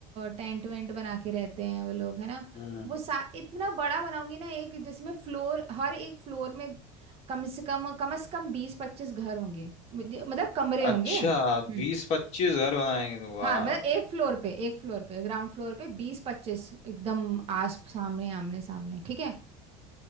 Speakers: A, on the right; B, on the left.
A: टेंट वेंट बना के रहते हैं वो लोग है ना
B: हम्म
A: वो सा इतना बड़ा बनाऊंगी ना एक जिसमें फ्लोर हर एक फ्लोर में कम से कम कम से कम बीस पच्चीस घर होंगे मुझे- मतलब कमरे होंगे
B: अच्छा
A: हम्म
B: बीस पच्चीस घर बनाएंगे तो वाह
A: हाँ मतलब एक फ्लोर पे एक फ्लोर पे ग्राउंड फ्लोर पे बीस पच्चीस एकदम आस सामने आमने सामने ठीक है